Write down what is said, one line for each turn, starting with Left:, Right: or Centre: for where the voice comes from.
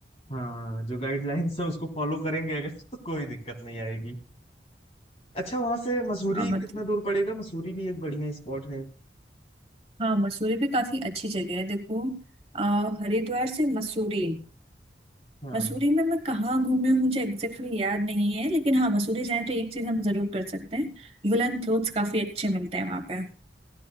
Left: हाँ जो गाइडलाइंस है उसको फॉलो करेंगे अगर तो कोई दिक्कत नहीं आएगी अच्छा वहां से मसूरी
Right: हाँ मतलब
Left: कितना दूर पड़ेगा मसूरी भी एक बढ़िया स्पॉट है
Right: हाँ मसूरी भी काफी अच्छी जगह है देखो आ, हरिद्वार से मसूरी
Left: हाँ
Right: मसूरी में मैं कहाँ घूमी हूँ मुझे एग्जैक्टली याद नहीं है लेकिन हाँ मसूरी जाए तो एक चीज हम जरूर कर सकते हैं वुलन क्लोथ्स काफी अच्छे मिलते हैं वहां पे